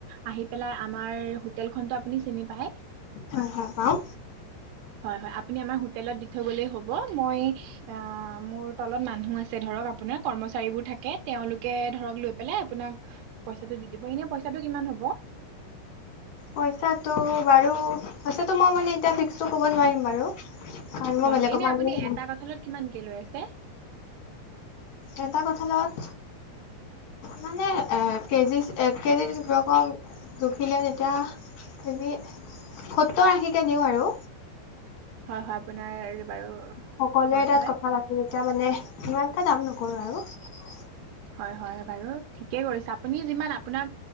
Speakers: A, on the right; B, on the left.
A: আহি পেলাই আমাৰ হোটেল খনটো আপুনি চিনি পায়,
B: হয় হয় পাওঁ
A: হয় হয় আপুনি আমাৰ হোটেলত থৈ গলে হ'ব। মই অহ মোৰ তলত মানুহ আছে ধৰক আপোনাৰ কৰ্মচাৰীবোৰ থাকে তেওঁলোকে ধৰক লৈ পেলাই আপোনাক পইচাটো দি দিব এনে পইচাটো কিমান হ'ব।
B: পইচাটো বাৰু পইচাটো মই মানে এতিয়া ফিক্সটো ক'ব নোৱাৰিম বাৰু। কাৰণ মই
A: হয়
B: বেলেগৰ
A: হয় এনে
B: পৰা আনি
A: আপুনি
B: আছোঁ ন।
A: এটা কঁঠালত কিমানকে লৈ আছে
B: এটা কঠাঁলত মানে এহ কেজি এক কেজি ৰকম জুখিলে তেতিয়া কেজি সত্তৰ আশীকে দিওঁ আৰু
A: হয় হয় আপোনাৰ বাৰু
B: সকলোৱে
A: হয়
B: তাত
A: হয়
B: কথা পাতি এতিয়া মানে ইমানটা দাম নকৰো আৰু
A: হয় হয় বাৰু ঠিকে কৰিছে আপুনি যিমান আপোনাক